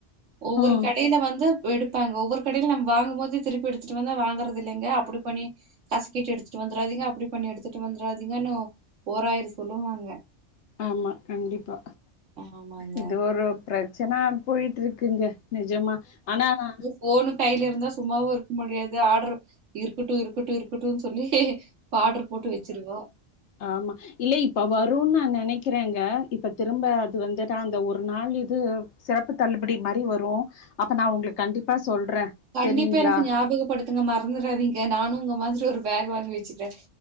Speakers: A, on the right; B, on the left.
A: ஒவ்வொரு
B: ம்
A: கடைல வந்து எடுப்பாங்க ஒவ்வொரு கடைல நம் வாங்கும் போது திருப்பி எடுத்துட்டுவந்த வாங்கறது இல்லிங்க அப்டி பண்ணி கஸ்கிட்டு எடுத்துட்டு வந்ராதிங்க அப்டி பண்ணி எடுத்துட்டு வந்ராதிங்கன்னு ஓராயிர சொல்லுவாங்க
B: ஆமா கண்டிப்பா
A: ஆமாங்க.
B: இது ஒரு பிரச்சனா போயிட்ருக்குங்க நிஜமா ஆனா நா
A: போனு கைல இருந்தா சும்மாவு இருக்க முடியாது ஆர்டர் இருக்கட்டு இருக்கட்டு இருக்கட்டு சொல்லி பாடர் போட்டு வச்சிருவோ
B: ஆமா சி இல்ல இப்ப வருன்னு நா நெனைக்கிறேங்க இப்ப திரும்ப அது வந்துட்டா அந்த ஒரு நாள் இது சிறப்பு தள்ளுபடி மாரி வரு அப்ப நா உங்ளுக்கு கண்டிப்பா சொல்றே
A: கண்டிப்பா
B: செரிங்களா
A: எனக்கு ஞாபகப்படுத்துங்க மற்ந்துராதீங்க நானு உங்க மாதிரி ஒரு பேக் வாங்கி வச்சுக்கிறே